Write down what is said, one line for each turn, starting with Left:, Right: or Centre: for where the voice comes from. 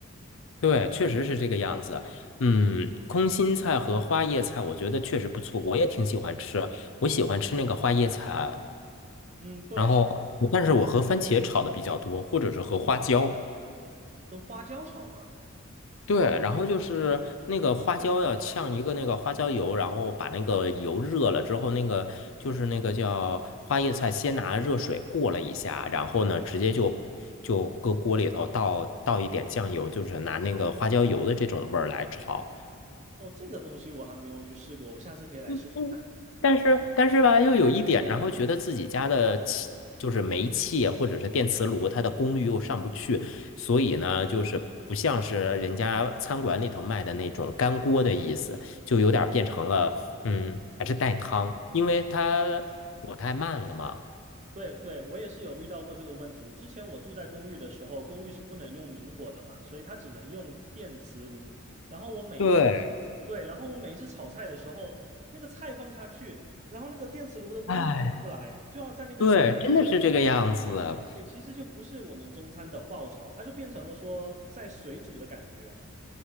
Left: 对，确实是这个样子。嗯，空心菜和花叶菜，我觉得确实不错，我也挺喜欢吃。我喜欢吃那个花叶菜，
Right: 嗯，对，
Left: 然后，但是我和番茄炒的比较多，或者是和花椒。
Right: 跟花椒炒吗？
Left: 对，然后就是那个花椒要呛一个那个花椒油，然后把那个油热了之后，那个就是那个叫花椰菜，先拿热水过了一下，然后呢，直接就就搁锅里头倒倒一点酱油，就是拿那个花椒油的这种味儿来炒，
Right: 哦，这个东西我还没有去试过，我下次可以来试试看。
Left: 嗯，但是但是吧，又有一点，然后觉得自己家的气就是煤气啊或者是电磁炉，它的功率又上不去，所以呢，就是不像是人家餐馆里头卖的那种干锅的意思，就有点变成了嗯，还是带汤，因为它火太慢了嘛。
Right: 对对，我也是有遇到过这个问题。之前我住在公寓的时候，公寓是不能用明火的嘛，所以它只能用电磁炉。然后我每一次，
Left: 对，
Right: 对，然后我每一次炒菜的时候，那个菜放下去，然后那个电磁炉的温度出不来，
Left: 哎，
Right: 就要在那边，
Left: 对，真的是这个样子。
Right: 对，其实就不是我们中餐的爆炒，它就变成了说在水煮的感觉。